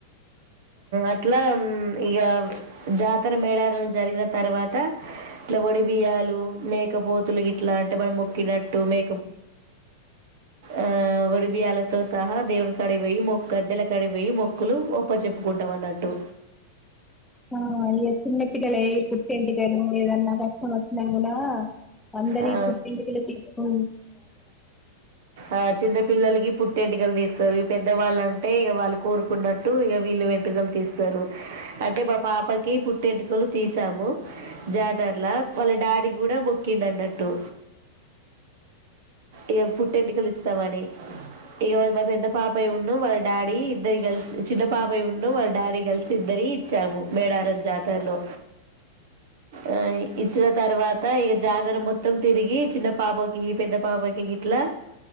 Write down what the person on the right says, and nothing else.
అట్లా ఇక జాతర మేడారంల జరిగిన తర్వాత ఇట్లా ఒడి బియ్యాలు మేకపోతులు ఇట్లా అంటే మనం మొక్కినట్టు మే ఆ వడి బియ్యలతో సహా దేవునికాడివొయి మొ గద్దెలకాడివేయి మొక్కులు ఒప్ప చెప్పుకుంటాం అన్నట్టు
ఆ,
ఆ చిన్న పిల్లలకి పుట్టే వెంటకలు తీస్తారు పెద్దవాళ్ళంటే ఇ వాళ్ళు కోరుకున్నట్టు ఇక వీళ్ళు వెంటుకలు తీస్తారు అంటే మా పాపకి పుట్టి వెంటుకలు తీసాము జాతరలా వాళ్ళ డాడీ కూడా మొక్కిడు అన్నట్టు ఇక పుట్టెంటుకలు ఇస్తామని ఇక మా పెద్ద పాపయ ఉండు వాళ్ళ డాడీ ఇద్దరి కలిసి చిన్న పాపయ ఉండు వాళ్ళ డాడీ కలిసి ఇద్దరి ఇచ్చాము మేడారం జాతరలో ఆ ఇచ్చిన తర్వాత ఇక జాతర మొత్తం తిరిగి చిన్న పాప పెద్ద పాపకి గట్లా